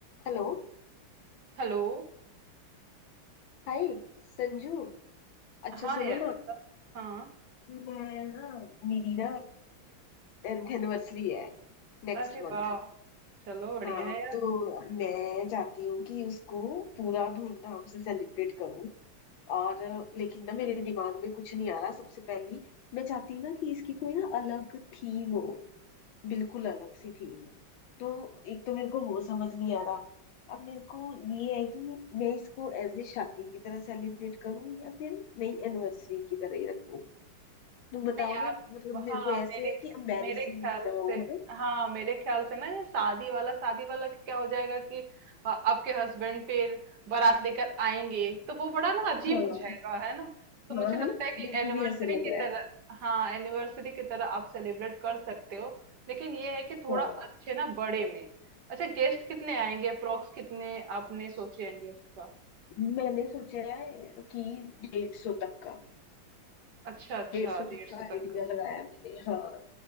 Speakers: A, on the left; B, on the right.
A: Hello
B: Hello
A: Hi Sanju अच्छा
B: हाँ
A: सुनो
B: यार
A: ना
B: बता हाँ
A: मैं ना मेरी ना टेंथ एनिवर्सरी है नेक्स्ट
B: अरे
A: मंथ
B: वाह चलो बढ़िया
A: हाँ
B: है यार
A: तो मैं चाहती हूँ कि उसको पूरा धूमधाम से सेलिब्रेट करूँ और लेकिन ना मेरे दिमाग में कुछ नहीं आ रहा सबसे पहली मैं चाहती हूँ ना कि इसकी कोई ना अलग थीम हो बिल्कुल अलग सी थीम तो एक तो मेरे को वो समझ नहीं आ रहा अब मेरे को ये है कि मैं इसको एज ए शादी की तरह सेलिब्रेट करूं या फिर नई एनिवर्सरी की तरह ही रखूं तुम बताओ
B: नहीं यार
A: ना मतलब
B: हाँ
A: मेरे को ऐसे
B: मेरे
A: है कि
B: ख-
A: एम्बैरेसिंग
B: मेरे ख्याल
A: भी ना हो
B: से
A: है ना
B: हाँ मेरे ख्याल से ना ये शादी वाला शादी वाला का क्या हो जाएगा कि आ, आपके हस्बैंड फिर बारात लेकर आएंगे तो वो बड़ा ना अजीब
A: हाँ
B: हो
A: हाँ
B: जाएगा है ना तो मुझे लगता
A: है ना
B: है
A: मेरे
B: कि
A: को
B: एनिवर्सरी
A: भी ऐसे लग
B: की
A: रहा
B: तरह
A: है
B: हाँ एनिवर्सरी की तरह आप सेलिब्रेट कर सकते हो लेकिन ये है कि थोड़ा
A: हाँ
B: अच्छे ना बड़े में अच्छा गेस्ट कितने आएंगे अप्रोक्स कितने आपने सोचे हैं गेस्ट का
A: मैंने सोचा है कि डेढ़ सौ तक का
B: अच्छा, अच्छा,
A: डेढ़ सौ
B: 150
A: तक का आइडिया
B: तक का।
A: लगाया मैंने हाँ